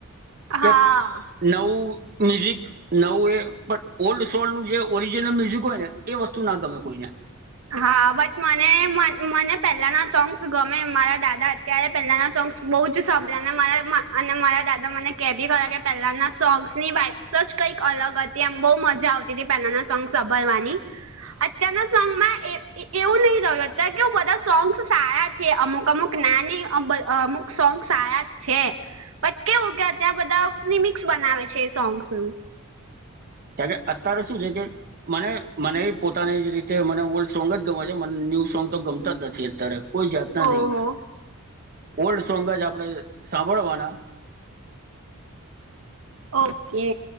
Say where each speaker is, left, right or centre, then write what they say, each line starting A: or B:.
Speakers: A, on the right (about 75°); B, on the right (about 45°).
A: હા
B: કે નવ મ્યુઝિક નવું એ પણ ઓલ્ડ સોંગ નું જે ઓરિજિનલ મ્યુઝિક હોય ને એ વસ્તુ ના ગમે કોઈને.
A: હા બટ મને મને પહેલાના સોંગ્સ ગમે મારા દાદા અત્યારે પેલાના સોંગ્સ બહુ જ સાંભળ્યા અને મારા અને મારા દાદા મને કેહે બી ખ કે પહેલાના સોંગ્સની વાઇપ્સ જ કંઈક અલગ જ તમ બહુ મજા આવતી હતી પહેલાના સોંગ સંભળવાની અત્યારના સોંગમાં એવું નહિ લત કે બધા સોંગ્સ સારા છે અમુક અમુક નાની અમુક સોંગ આયા છે. બટ કેવું કે અત્યાં બધા લિમિક્સ બનાવે છે એ સોંગ્સ નું
B: તકે અત્યારે શું છે કે મને મને એ પોતાની રીતે મને ઓલ્ડ સોંગ જ ગમે છે મને ન્યૂ સોંગ તો ગમતા જ નથી અત્યારે કોઈ જાતના
A: ઓહો
B: નહી ઓલ્ડ સોંગ જ આપણે સાંભળવાના
A: ઓકે